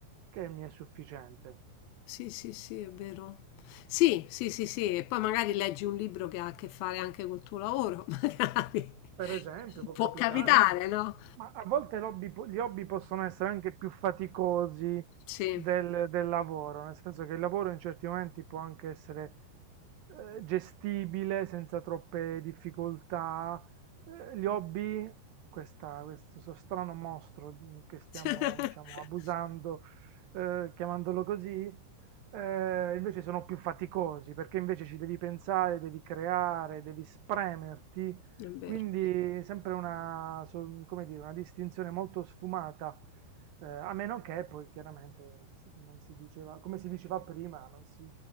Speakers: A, on the right (about 70°); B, on the left (about 80°).
A: che mi è sufficiente.
B: sì, sì, sì, è vero. Sì, sì, sì, sì, e poi magari leggi un libro che ha a che fare anche col tuo lavoro, <laughs> magari.
A: Per esempio, può
B: Può
A: capitare
B: capitare, no?
A: Ma a volte l'hobby po- gli hobby possono essere anche più faticosi
B: Sì.
A: del, del lavoro, nel senso che il lavoro in certi momenti può anche essere eh, gestibile senza troppe difficoltà. Eh, gli hobby, questa- questo so- strano mostro mm, che stiamo,
B: <laughs>
A: diciamo, abusando, eh, chiamandolo così, eh, invece sono più faticosi perché invece ci devi pensare, devi creare, devi spremerti
B: È vero.
A: quindi sempre una, so- come dire, una distinzione molto sfumata, eh, a meno che poi chiaramente si- non si diceva, come si diceva prima, non si,